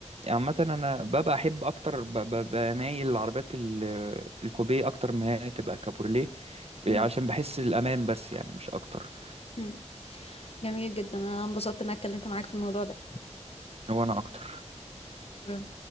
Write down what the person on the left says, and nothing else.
مم.
مم. جميل جدا انا انبسطت ان انا اتكلمت معاك في الموضوع ده
شكرا